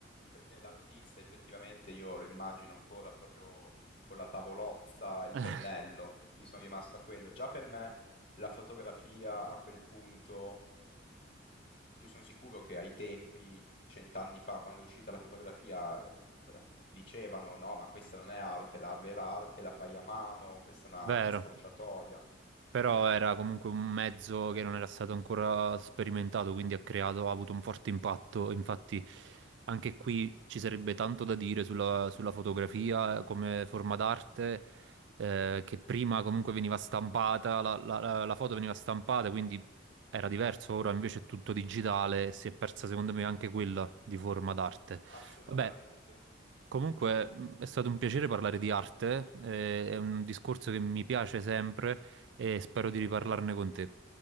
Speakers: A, on the left (about 50°); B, on the right (about 65°).
A: Perché l'artista effettivamente io lo immagino ancora proprio con la tavolozza e il
B: <laughs>
A: pennello, io sono rimasto a quello. Già per me la fotografia a quel punto, io sono sicuro che ai tempi, cent'anni fa, quando è uscita la fotografia, eh, dicevano no, ma questa non è arte, la vera arte la fai a mano, questa è una,
B: Vero.
A: una scorciatoia.
B: Però era comunque un mezzo che non era stato ancora sperimentato, quindi ha creato, ha avuto un forte impatto. Infatti, anche qui ci sarebbe tanto da dire sulla, sulla fotografia come forma d'arte, eh, che prima comunque veniva stampata, la, la- la- la foto veniva stampata, quindi era diverso. Ora invece è tutto digitale e si è persa, secondo me, anche quella di forma d'arte.
A: Assolutamente.
B: Vabbè. Comunque mh, è stato un piacere parlare di arte, eh, è un discorso che mi piace sempre e spero di riparlarne con te.